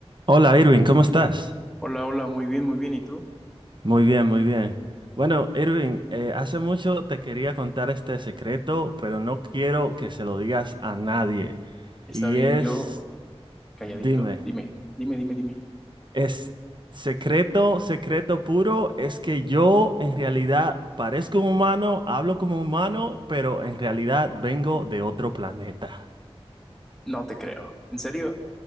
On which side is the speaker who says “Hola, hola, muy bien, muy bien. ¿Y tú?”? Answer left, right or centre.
Centre